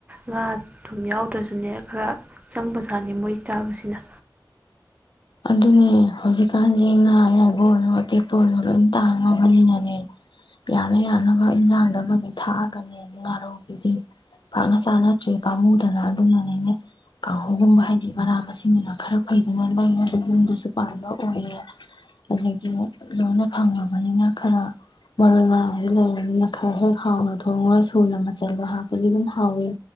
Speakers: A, on the right (about 20°); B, on the left (about 85°).
A: ꯉꯥ ꯊꯨꯝ ꯌꯥꯎꯗ꯭ꯔꯁꯨꯅꯦ ꯈꯔ ꯆꯪꯕꯖꯥꯠꯅꯤ ꯃꯣꯏ ꯆꯥꯕꯁꯤꯅ
B: ꯑꯗꯨꯅꯦ ꯍꯧꯖꯤꯛꯀꯥꯟꯁꯦ ꯉꯥ ꯑꯌꯥꯏꯕ ꯑꯣꯏꯔꯣ ꯑꯇꯦꯛꯄ ꯑꯣꯏꯔꯣ ꯂꯣꯏ ꯇꯥꯡꯉꯕꯅꯤꯅꯅꯦ ꯌꯥꯅ ꯌꯥꯅꯕ ꯏꯟꯖꯥꯡꯗꯕꯒꯤ ꯊꯥꯛꯑꯒꯅꯦ ꯉꯥꯔꯧꯒꯤꯗꯤ ꯄꯥꯛꯅ ꯆꯥꯅꯗ꯭ꯔꯦ ꯀꯥꯡꯃꯨꯗꯅ ꯑꯗꯨꯅꯅꯦꯅꯦ ꯀꯥꯡꯍꯨꯒꯨꯝꯕ ꯍꯥꯏꯗꯤ ꯃꯅꯥ ꯃꯁꯤꯡꯗꯨꯅ ꯈꯔ ꯐꯩꯗꯅ ꯂꯩꯔꯅꯤ ꯑꯗꯨ ꯌꯨꯝꯗꯁꯨ ꯄꯥꯟꯕ ꯑꯣꯏꯌꯦ ꯑꯗꯒꯤ ꯂꯣꯏꯅ ꯐꯪꯉꯕꯅꯤꯅ ꯈꯔ ꯃꯔꯣꯏ ꯃꯔꯥꯡꯁꯦ ꯂꯩꯔꯕꯅꯤꯅ ꯈꯔ ꯍꯦꯛ ꯍꯥꯎꯅ ꯊꯣꯡꯉ ꯁꯨꯅ ꯃꯆꯜꯗꯣ ꯍꯥꯞꯄꯗꯤ ꯑꯗꯨꯝ ꯍꯥꯎꯏꯤ